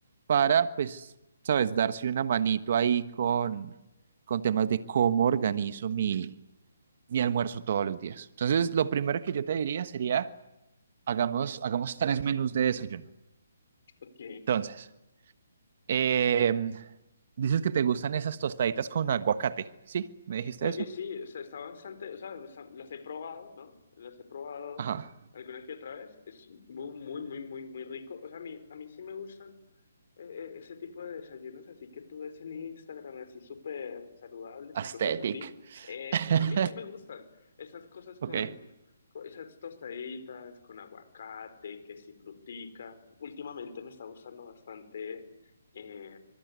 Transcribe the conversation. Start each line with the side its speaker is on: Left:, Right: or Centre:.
Right: para, pues, sabes, darse una manito ahí con, con temas de cómo organizo mi, mi almuerzo todos los días. Entonces, lo primero que yo te diría sería, hagamos, hagamos tres menús de desayuno.
Left: Ok.
Right: Entonces, em, dices que te gustan esas tostaditas con aguacate, ¿sí? ¿Me dijiste
Left: Oye,
Right: eso?
Left: sí, o sea, está bastante, o sea, está- las he probado, ¿no? Las he probado
Right: Ajá.
Left: alguna que otra vez. Es muy, muy, muy, muy, muy rico. O sea, a mí, a mí sí me gustan eh, eh, ese tipo de desayunos así que tú ves en Instagram, así súper saludables
Right: Aesthetic.
Left: y cosas así. Eso,
Right: <laughs>
Left: a mí sí me gustan esas cosas con,
Right: Ok,
Left: con esas tostaditas, con aguacate, que si frutica. Últimamente me está gustando bastante eh,